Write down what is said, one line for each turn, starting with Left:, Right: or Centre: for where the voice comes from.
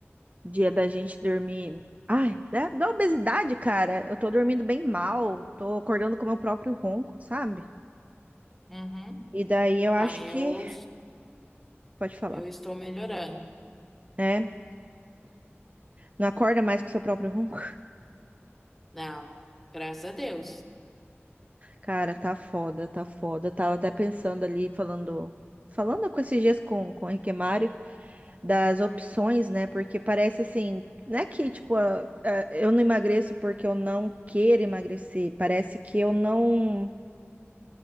Right: dia da gente dormir. Ai, da, da obesidade, cara. Eu tô dormindo bem mal, tô acordando com o meu próprio ronco, sabe?
Centre: Uhum.
Right: E daí eu
Centre: Ah,
Right: acho
Centre: eu,
Right: que. Pode falar,
Centre: eu estou melhorando.
Right: né? Não acorda mais com o seu próprio ronco? <laughs>
Centre: Não, graças a Deus.
Right: Cara, tá foda, tá foda. Tava até pensando ali, falando. Falando com esses dias com, com o Henrique Mário. das opções, né? Porque parece assim, não é que tipo, a- a- eu não emagreço porque eu não quero emagrecer, parece que eu não